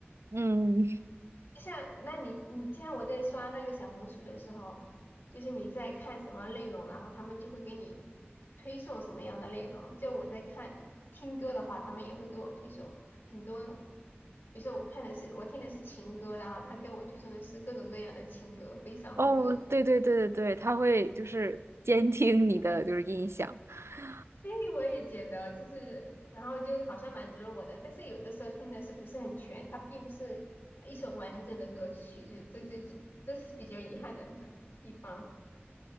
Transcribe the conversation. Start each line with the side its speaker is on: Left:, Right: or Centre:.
Right: 嗯，
Left: <laughs> 就像那你你像我在刷那个小红书的时候，就是你在看什么内容，然后他们就会给你推送什么样的内容。就我在看听歌的话，他们也会给我推送很多。比如说我看的是我听的是情歌，然后他给我推送的是各种各样的情歌，悲伤的歌。
Right: 哦，对对对对对，他会就是监听你的就是音响。<laughs>
Left: 对，我也觉得就是，然后就好像满足了我的，但是有的时候听的是不是很全，它并不是一首完整的歌曲，就这这这这是比较遗憾的地方。